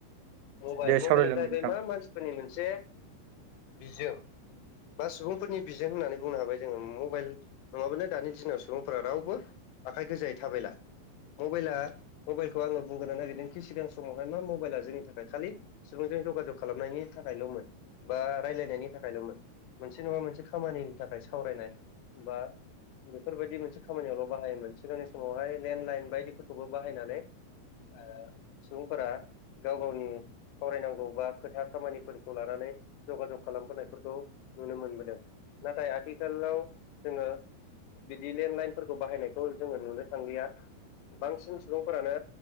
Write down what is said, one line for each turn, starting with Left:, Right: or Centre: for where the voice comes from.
Left: मबाइल
Right: दे
Left: मबाइल
Right: सावरायलांदो
Left: जाहैबाय
Right: नोंथां
Left: मा मानसिफोरनि मोनसे बिजों बा सुबुंफोरनि बिजों होननानै बुंनो हाबाय जोङो मबाइल नङाबानो दानि दिनाव सुबुंफोरा रावबो आखाय गोजायै थाबायला मबाइला मबाइलखौ आङो बुंग्रो नागिरदोंखि सिगां समावहाय मा मबाइला जोंनि थाखाय खालि सुबुं जगाजग खालामनायनि थाखायल'मोन बा रायलायनायनि थाखायल'मोन मोनसे नङा मोनसे खामानिनि थाखाय नाय सावरायनाय बा बेफोर बादि मोनसे खामानियावल बाहायोमोन सिगांनि समावहाय लेणडलाइन बायदिफोरखौबो बाहायनानै ओ सुबुंफोरा गाव गावनि सावरायनांगौ बा खोथा खामानिफोरखौ लानानै जग जग खालामबोनायफोरखौ नुनो मोनबोदों नाथाय आथिखालाव जोङो बिदि लेन्डलाइनफोरखौ बाहायनायखौ जोङो नुनो थांलिया बांसिन सुबुंफोरानो